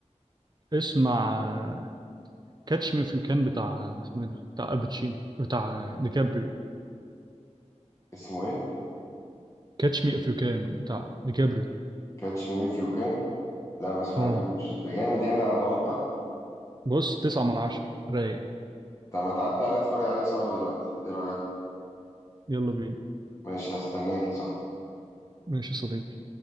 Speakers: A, on the right; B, on the left.
A: اسمع كاتش مي اف يو كان بتاع اسمه ايه ده بتاع الباتشينو بتاع ديكابريو
B: اسمه إيه؟
A: كاتش مي اف يو كان بتاع ديكابريو
B: كاتش مي إف يو كان لا ما سمعتوش
A: اه
B: ده جامد يعني على ضمانتك
A: بص تسعة من عشرة رايق
B: طب ما تعدي عليا أتفرج عليه سوا دلوقتي إيه رأيك؟
A: يلا بينا
B: ماشي هستناك يا صاحبي
A: ماشي يا صديقي